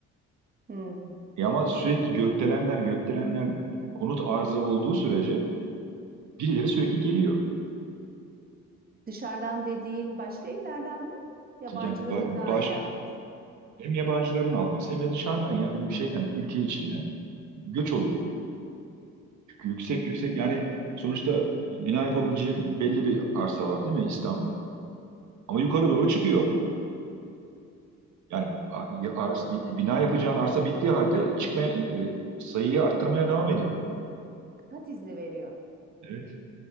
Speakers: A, on the right; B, on the right.
A: Hmm.
B: E ama sürekli gökdelenler gökdelenler konut arzı olduğu sürece birileri sürekli geliyor.
A: Dışarıdan dediğin başka illerden mi? Yabancıların
B: Yani ba- baş,
A: daire alması.
B: hem yabancıların alması hem de dışarıdan ya şeyden ülke içinden göç oluyor.
A: Hı hı.
B: Çünkü yüksek yüksek yani sonuçta bina yapabileceğim belli bir arsa var değil mi İstanbul? Ama yukarı
A: Evet.
B: doğru çıkıyor. Yani a- ya- ars- bina yapacağın arsa bittiği halde çıkmaya e, sayıyı arttırmaya devam ediyor.
A: Kat izni veriyor.
B: Evet.